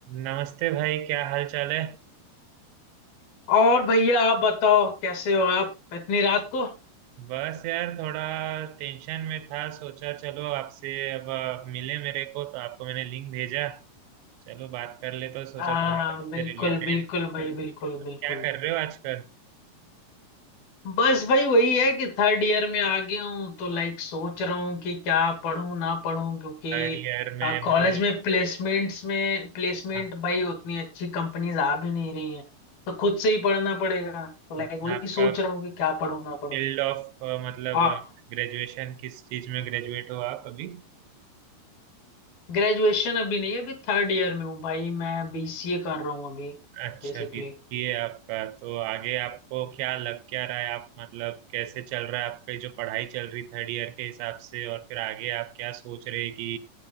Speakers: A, on the right (about 85°); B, on the left (about 60°).
A: नमस्ते भाई क्या हाल चाल है
B: और भैया आप बताओ कैसे हो आप इतनी रात को
A: बस यार थोड़ा टेंशन में था सोचा चलो आपसे अब आप मिले मेरे को तो आपको मैंने लिंक भेजा चलो बात कर ले तो सोचा
B: हाँ
A: थोड़ा
B: हाँ
A: आपसे
B: बिल्कुल
A: रिलेटेड
B: बिल्कुल भाई बिल्कुल बिल्कुल
A: क्या कर रहे हो आजकल
B: बस भाई वही है कि थर्ड ईयर में आ गया हूँ तो लाइक सोच रहा हूँ कि क्या पढूं ना पढूं क्योंकि
A: थर्ड ईयर में
B: कॉलेज
A: मतलब
B: में प्लेसमेंट्स में प्लेसमेंट
A: हाँ,
B: भाई उतनी अच्छी कंपनीज आ भी नहीं रही हैं तो खुद से ही पढ़ना पड़ेगा तो
A: मतलब
B: लाइक वही
A: आपका
B: सोच रहा हूँ कि क्या पढूं ना पढूं
A: फील्ड ऑफ मतलब
B: और
A: ग्रेजुएशन किस चीज में ग्रेजुएट हो आप अभी
B: ग्रेजुएशन अभी नहीं है, अभी थर्ड ईयर में हूँ भाई मैं बीसीए कर रहा हूँ अभी
A: अच्छा
B: बेसिकली
A: बीसीए आपका तो आगे आपको क्या लग क्या रहा है आप मतलब कैसे चल रहा है आपकी जो पढ़ाई चल रही थर्ड ईयर के हिसाब से और फिर आगे आप क्या सोच रहे हैं कि